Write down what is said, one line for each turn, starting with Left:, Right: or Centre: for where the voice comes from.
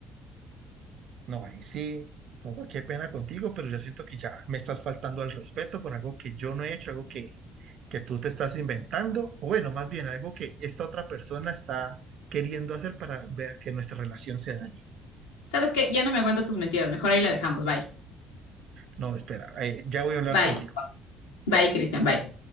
Right: No, ahí sí, no, qué pena contigo, pero yo siento que ya me estás faltando al respeto por algo que yo no he hecho, algo que, que tú te estás inventando, o bueno, más bien algo que esta otra persona está queriendo hacer para ver que nuestra relación se dañe.
Left: ¿Sabes qué? Ya no me aguanto tus mentiras, mejor ahí la dejamos, bye,
Right: No, espera, eh, ya voy a hablar
Left: bye.
Right: contigo.
Left: Bye, Cristian, bye.